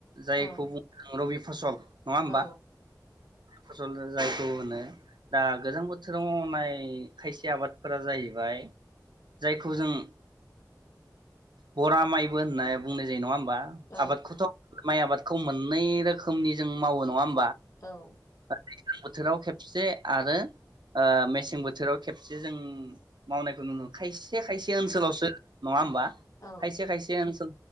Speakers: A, on the right; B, on the left.
A: जायखौ
B: औ औ
A: बुंङो रबि फसल नंङा होमबा?
B: औ
A: फसल जायखौ होनो दा गोजां बोथोराव मावनाय खायसे आबादफोरा जायैबाय जायखौ जों बरा माइबो होनना बुंनाय जायो नंङा होम बा
B: औ
A: आबाद खौथ माइ आबादखौ मोननै रोखोमनि जों मावो नंङा होम
B: औ
A: दैज्लां बोथोराव खेबसे आरो ओ मेसें बोथोराव खेबसे जों मावनायखौ नुनो मोन खायसे खायसे ओनसोलावसो नंङा होमबा
B: औ
A: खायसे खायसे ओनसोल